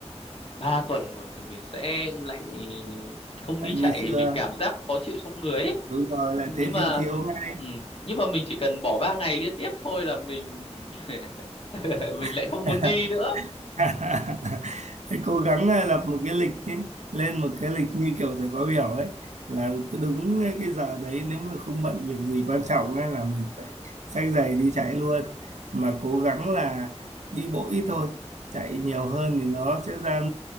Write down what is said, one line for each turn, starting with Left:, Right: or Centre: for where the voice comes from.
Left: 3 tuần rồi thì mình sẽ lại không
Right: tại
Left: đi chạy
Right: như xưa
Left: mình cảm giác khó chịu trong người ấy.
Right: đúng rồi lại
Left: nhưng
Right: thấy
Left: mà
Right: thiếu thiếu ngay
Left: ừm, nhưng mà mình chỉ cần bỏ 3 ngày liên tiếp thôi là mình <laughs> mình lại
Right: <laughs>
Left: không muốn đi nữa
Right: <laughs> Thế cố gắng à, lập một cái lịch ấy, lên
Left: Ừm,
Right: một cái lịch như kiểu thầy khóa biểu ấy là cứ đúng cái giờ đấy nếu mà không bận việc gì quan trọng ấy, là mình phải xách giày đi chạy luôn mà
Left: ừm.
Right: cố gắng là đi bộ ít thôi chạy nhiều hơn thì nó sẽ ra